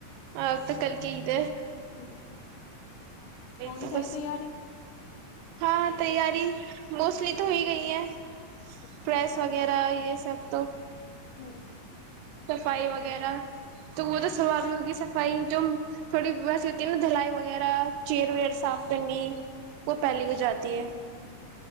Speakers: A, on the right (about 85°); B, on the left (about 75°).
A: آ ک <unintelligible> کہد
B: ہوں <unintelligible> ہوگ
A: تو
B: سئی
A: بس
B: ت ار
A: ہاں تیاری موسٹلی تو ہو ہی گئی ہے
B: اچھا
A: پریس وغیرہ یہ سب تو
B: ہوں
A: سفائی وغیرہ تو وہ تو سوابی ہوگی صفائی جو تھوڑی ویسی ہوتی ہے نا دھلائی وغیرہ چیئر ویر صاف کرنی وہ پہلی ہو جاتی ہے